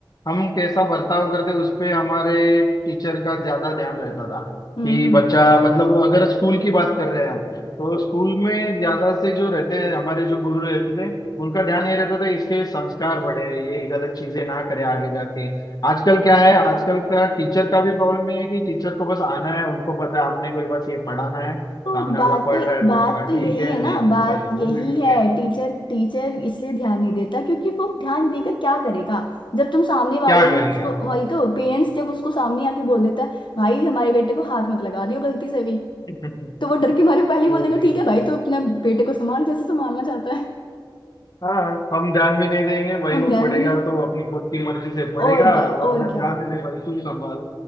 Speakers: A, on the left (about 50°); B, on the left (about 70°).
A: हम कैसा बर्ताव करते उस पे हमारे टीचर का ज्यादा ध्यान रहता था
B: हम्म
A: कि
B: हम्म।
A: बच्चा मतलब अगर स्कूल की बात कर रहे हैं हम तो स्कूल में ज्यादा से जो रहते हैं हमारे जो गुरु रहते थे उनका ध्यान ये रहता था इसके संस्कार बढ़े ये गलत चीजें ना करे आगे जाके आजकल क्या है आजकल का टीचर का भी प्रॉब्लम ये है कि टीचर को बस आना है उनको पता है आपने कोई बस ये पढ़ाना है
B: तो
A: सामने
B: बात
A: वाला पढ़
B: तो
A: रहा है
B: बात
A: तो उसका
B: तो यही
A: ठीक है
B: है ना
A: नहीं पढ़
B: बात
A: रहा है तो
B: यही
A: वो भी ठीक
B: है
A: है
B: टीचर टीचर इसलिए ध्यान नहीं देता क्योंकि वो ध्यान देकर क्या करेगा जब तुम सामने वाले
A: क्या करेगा
B: ही उसको वही तो पेरेंट्स जब उसको सामने आके बोल देता है भाई हमारे बेटे को हाथ मत लगा दियो गलती से भी
A: <laughs>
B: तो वो डर के मारे पहले ही
A: वो
B: बोल देगा
A: भी
B: ठीक है भाई तो अपने बेटे को संभाल जैसे संभालना चाहता है
A: हाँ हम ध्यान भी नहीं देंगे भाई
B: हम
A: वो
B: ध्यान
A: पढ़ेगा
B: भी नहीं
A: तो अपनी खुद की मर्जी से पढ़ेगा
B: और क्या
A: वरना
B: और क्या
A: जाने दे भाई तू संभाल